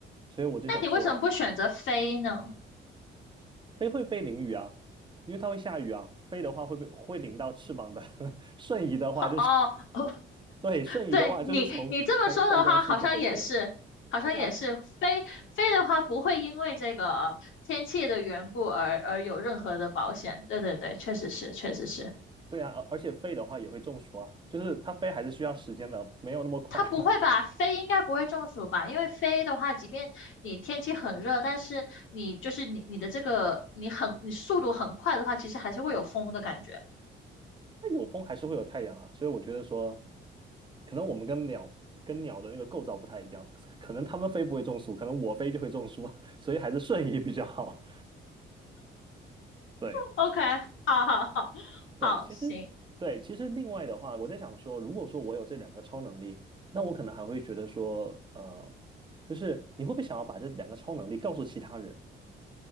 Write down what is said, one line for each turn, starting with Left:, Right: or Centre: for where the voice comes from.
Right: 所以我就想说，
Left: 那你为什么不选择飞呢？
Right: 飞会被淋雨啊，因为它会下雨啊，飞的话会被会淋到翅膀的，<laughs> 瞬移的话就是，
Left: 哦，哦，
Right: 对，瞬移的话就是从从办公室就回去了。
Left: 对你，你这么说的话，好像也是，好像也是飞飞的话，
Right: 对啊，
Left: 不会因为这个天气的缘故而而有任何的保险。对对对，确实是，确实是。
Right: 对啊，而而且飞的话也会中暑啊，就是它飞还是需要时间的，没有那么快。
Left: 它不会吧？
Right: <laughs>
Left: 飞应该不会中暑吧？因为飞的话，即便你天气很热，但是你就是你你的这个你很你速度很快的话，其实还是会有风的感觉。
Right: 那有风还是会有太阳啊，所以我觉得说，可能我们跟鸟跟鸟的那个构造不太一样，可能它们飞不会中暑，可能我飞就会中暑，<laughs> 所以还是瞬移比较好。<laughs> 对
Left: OK，<laughs> 好好好好，
Right: 对，其实对，
Left: 行，
Right: 其实另外的话，我在想说，如果说我有这两个超能力，那我可能还会觉得说，呃，就是你会不会想要把这两个超能力告诉其他人？